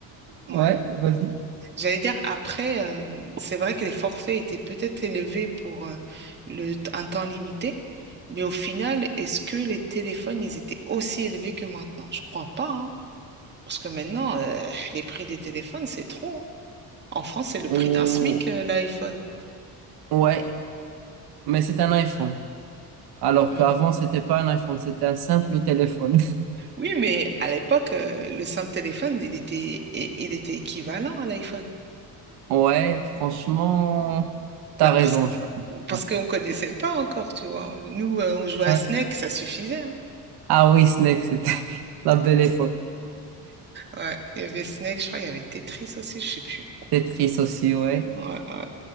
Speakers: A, on the right; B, on the right.
A: Ouais,
B: ouais.
A: vas-y.
B: J'allais dire, après, euh, c'est vrai que les forfaits étaient peut-être élevés pour euh, le, un temps limité. Mais au final, est-ce que les téléphones, ils étaient aussi élevés que maintenant? Je crois pas, hein. Parce que maintenant, euh, les prix des téléphones, c'est trop. hein. En France, c'est le prix
A: Ou-
B: d'un SMIC, euh, l'iPhone.
A: Ouais, mais c'est un iPhone. Alors
B: Mm.
A: qu'avant, c'était pas un iPhone, c'était un simple téléphone. <laughs>
B: Oui, mais à l'époque, euh, le simple téléphone, il était, i- il était équivalent à l'iPhone.
A: Ouais, franchement, t'as
B: Bah,
A: raison,
B: parce,
A: je pense.
B: parce
A: Ouais.
B: qu'on ne connaissait pas encore, tu vois. Nous, euh, on jouait à
A: Euh,
B: Snake, ça suffisait. hein.
A: Ah oui, Snake, c'était <laughs> la belle époque.
B: Ouais, il y avait Snake, je crois, il y avait Tetris aussi, je sais plus.
A: Tetris aussi, ouais.
B: Ouais, ouais,